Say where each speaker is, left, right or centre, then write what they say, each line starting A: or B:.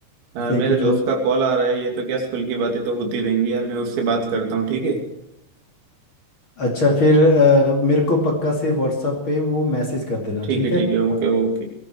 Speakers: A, on the right (about 75°); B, on the left (about 35°).
A: अ,
B: ऐसे
A: मेरे
B: है कि जो
A: दोस्त का कॉल आ रहा है ये तो क्या स्कूल की बातें तो होती रहेंगी यार मैं उससे बात करता हूँ ठीक है
B: अच्छा फिर अ, मेरे को पक्का से व्हाट्सएप पे वो मैसेज कर देना
A: ठीक
B: ठीक
A: है ठीक
B: है
A: है ओके ओके